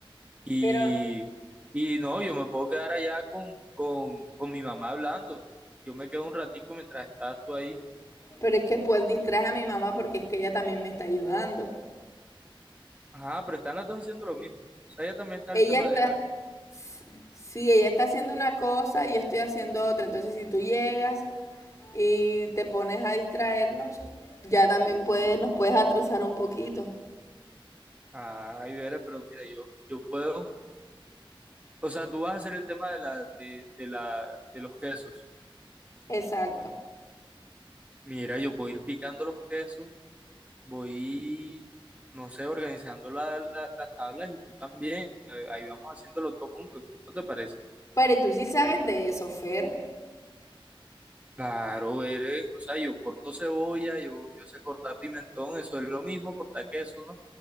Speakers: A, on the right (about 15°); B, on the left (about 35°).
A: Y,
B: Pero
A: y no, yo me puedo quedar allá con, con, con mi mamá hablando. Yo me quedo un ratico mientras estás tú ahí.
B: Pero es que después distraje a mi mamá porque es que ella también me está ayudando.
A: Ajá, pero están las dos haciendo lo mismo. O sea, ya también está
B: Ella
A: el tema
B: está,
A: de la...
B: sí, ella está haciendo una cosa y yo estoy haciendo otra. Entonces, si tú llegas y te pones a distraernos, ya también puedes nos puedes atrasar un poquito.
A: Ay, Vera, pero mira, yo, yo puedo... O sea, tú vas a hacer el tema de la, de, de la, de los quesos.
B: Exacto.
A: Mira, yo puedo ir picando los quesos Voy, no sé, organizando la- la- las tablas y tú también. Eh, Ahí vamos haciendo los dos juntos. ¿No te parece?
B: Pero tú sí sabes de eso, Fer.
A: Claro, eres, o sea, yo corto cebolla, yo, yo sé cortar pimentón, eso es lo mismo, cortar queso, ¿no?